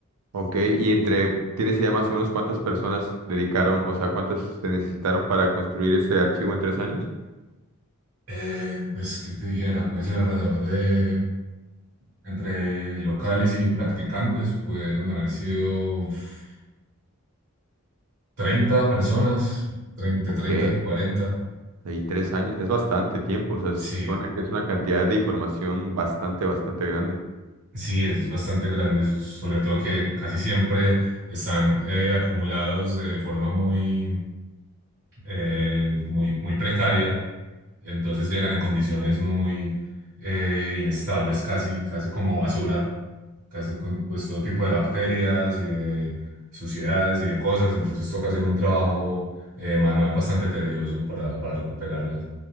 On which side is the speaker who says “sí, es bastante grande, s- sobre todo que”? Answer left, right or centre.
Right